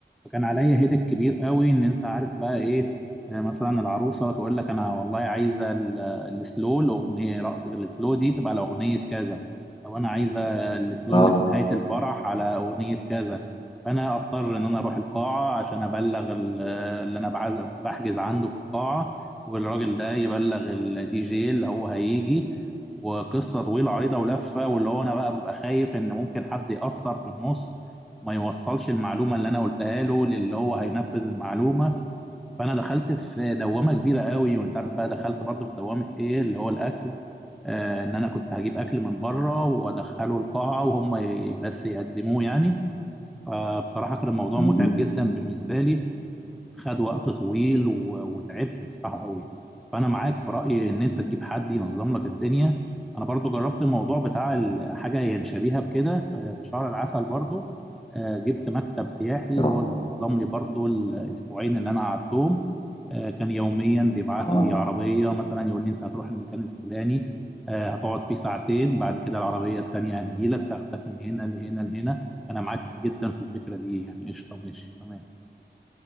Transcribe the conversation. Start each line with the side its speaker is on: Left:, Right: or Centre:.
Centre: فكان عليا هيدك كبير قوي ان انت عارف بقى ايه آه، مثلا العروسه تقول لك انا والله عايزه ال- السلو الاغنيه رقص السلو دي تبقى على اغنيه كذا او انا عايزه السلو
Left: اه
Centre: اللي في نهايه الفرح على اغنيه كذا فانا اضطر ان انا اروح القاعه عشان ابلغ ال- اللي انا بعز- بحجز عنده في القاعه والراجل ده يبلغ الدي جي اللي هو هيجي وقصه طويله عريضه ولفه واللي هو انا بقى ببقى خايف ان ممكن حد ياثر في النص ما يوصلش المعلومه اللي انا قلتها له للي هو هينفذ المعلومه فانا دخلت في دوامه كبيره قوي وانت عارف بقى دخلت برضو في دوامه ايه اللي هو الاكل آه ان انا كنت هجيب اكل من بره وادخله القاعه وهم ي- بس يقدموه يعني فبصراحه كان الموضوع
Left: مهم.
Centre: متعب جدا بالنسبه لي خد وقت طويل و- وتعبت بصراحة قوي فأنا معاك في رأيي إن أنت تجيب حد ينظم لك الدنيا أنا برضو جربت الموضوع بتاع ال- حاجة يعني شبيهة بكده آه، في شهر العسل برضو آه، جبت مكتب سياحي
Left: اه
Centre: هو اللي نظم لي برضو الأسبوعين اللي أنا قعدتهم آه، كان يوميا بيبعت
Left: اه
Centre: لي عربية مثلا يقول لي أنت هتروح المكان الفلاني آه، هتقعد فيه ساعتين بعد كده العربية التانية هتجيلك تاخدك من هنا لهنا لهنا أنا معاك جدا في الفكرة دي يعني قشطة ماشي تمام